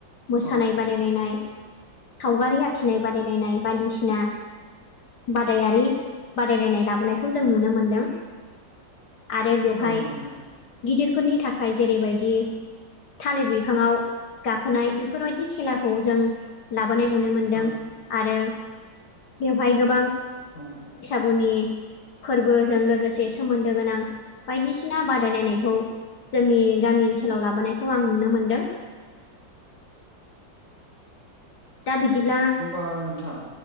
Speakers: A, on the left (about 65°); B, on the right (about 25°).
A: मोसानाय
B: नंगौ
A: बादाय लायनाय। बादायलायनाय सावगारि आखिनाय बादायलायनाय बायदिसिना बादायारि बादायलायनाय लाबोनायखौ जों नुनो मोन्दों। आरो बेवहाय
B: औ नोंथां
A: गिदिरफोरनि थाखाय जेरैबायदि थालिर बिफाङाव गाखोनाय बेफोरबायदि खेलाखौ जों लाबोनाय नुनो मोनदों
B: औ
A: आरो बेवहाय गोबां।
B: औ औ।
A: गुनि फोरबोजों लोगोसे सोमोन्दो गोनां बायदिसिना बादायलायनायखौ। जोंनि गामि ओनसोलाव लाबोनायखौ आं नुनो मोन्दों। दा बिदिब्ला
B: होनबा नोंथां